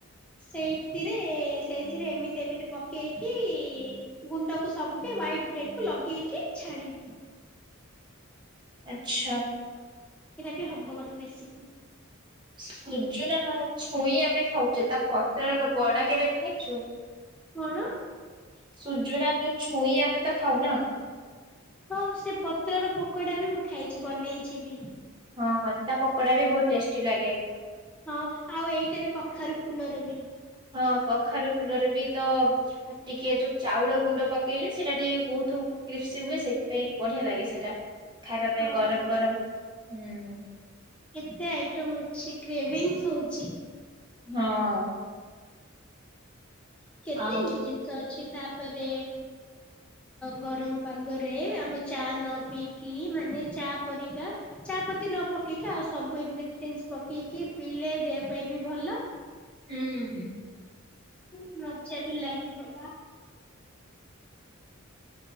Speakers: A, in the centre; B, on the right.
A: ସେଇଥିରେ ଏ ସେଇଥିରେ ଏମିତି ଏମିତି ପକେଇକି ଇ ଇ ଗୁଣ୍ଡକୁ ସବୁକେ ହ୍ଇଟ୍ ବ୍ରେଡ କୁ ଲଗେଇକି ଛାଣିବୁ।
B: ଆଛା।
A: ସେଇଟା ବି ହବ ଗୋଟେ ରେସିପି।
B: ସୁଜୁନା ଛୁଇଁ ଆମେ ଖାଉଛେ ତା ପତ୍ର ବଡା କେବେ ଖାଇଛୁ।
A: କଣ?
B: ସୁୂଜୁ ନା ଯୋଉ ଛୁଇ ଆମେ ତ ଖାଉନା।
A: ହଁ ସେ ପତ୍ରର ପକୋଡା ବି ମୁଁ ଖାଇଛି ବନେଇଛି ବି।
B: ହଁ ହଁ ତା ପକୋଡା ବି ବହୁତ ଟେଷ୍ଟି ଲାଗେ।
A: ହଁ ଆଉ ଏଇଟ ଏ ବି କଖାରୁ ଫୁଲର ବି।
B: ହଁ କଖାରୁ ଫୁଲରେ ବି ତ ଆଉ ଟିକେ ଯୋଉ ଚାଉଳ ଗୁଣ୍ଡ ପକେଇଲେ ସେଇଟା ଟିକେ ବହୁତ କ୍ରିସପି ହୁଏ ସେଇଥିପାଇଁ ବଢିଆ ଲାଗେ ସେଟା ଖାଇବା ପାଇଁ
A: ହଁ।
B: ଗରମ ଗରମ ହୁଁ।
A: କେତେ ଆଇଟମ ଅଛି କ୍ରେଭିଭିଙ୍ଗ ହଉଛି।
B: ହଁ।
A: କେତେ
B: ଆଉ
A: ଏମିତି ଜିନିଷ ଅଛି ତାପରେ। ଗରମ ପାଗରେ ଆମେ ଚା ନ ପିଇକି ମାନେ ଚା ପରିକା ଚା ପତି ନ ପକେଇକି ଆଉ ସବୁ ଇନଗ୍ରିଡିଏଣ୍ଟ ପକେଇକି ପିଇଲେ ଦେହ ପାଇଁ ବି ଭଲ।
B: ହୁଁ ହୁଁ।
A: ହଁ ମଜ୍ଜା ବିି ଲାଗିବ।